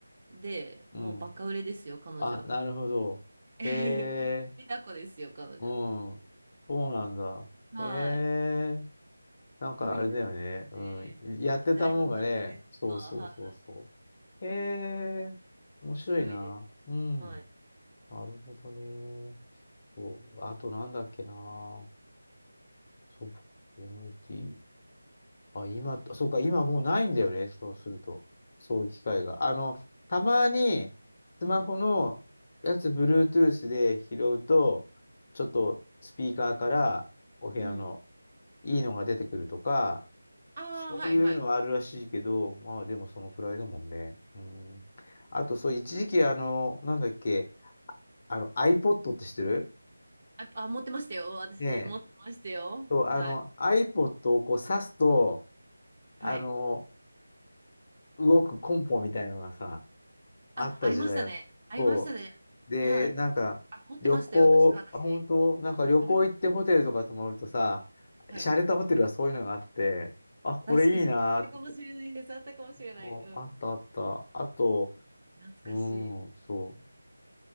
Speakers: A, on the right (about 40°); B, on the left (about 30°).
A: でもうバカ売れですよ、
B: うん。
A: 彼女。
B: あ、なるほど。
A: <laughs>
B: へえ、
A: リタコですよ、彼女。
B: うん。そうなんだ。
A: はい。
B: へえ、なんかあれだよね。
A: そういうね、
B: うん。やってたもんがね、
A: 時代の流れとか、
B: そうそうそうそ
A: はい。
B: う。へえ、
A: 面白いです。
B: 面白いな。うん。
A: はい。
B: なるほどね。そう。あとなんだっけな。そう、MD。あ、今、そうか、今もうないんだよね。そうすると。そういう機会が。あの、たまに、
A: うん。
B: スマホのやつ、Bluetooth で拾うと、ちょっとスピーカーからお部屋の
A: うん。
B: いいのが出てくるとか、
A: ああ、
B: そういうのはあるらしいけど、
A: はいはい。
B: まあでもそのくらいだもんね。うん。あと、そう、一時期、あの、なんだっけ、あの、iPod って知ってる
A: あ、あ、持ってましたよ。私、
B: ねえ。
A: 持ってましたよ。
B: そう、
A: はい。
B: あの、iPod をこう挿すと、
A: はい。
B: あの、動くコンポみたいのがさ、あった時代があって。
A: あ、ありましたね。ありましたね。
B: そう。で、
A: はい。
B: なんか、
A: あ、持ってましたよ。
B: 旅行、
A: 確か私。
B: あ、本当なんか旅行行ってホテルとか泊まるとさ、
A: はい。はい。
B: 洒落たホテルはそういうのがあって、あ、これいいなと思って。
A: 確かに。あったかもしれないです。あったかもしれない。
B: もうあったあった。
A: うん。
B: あと、
A: 懐かしい。
B: うん、そう。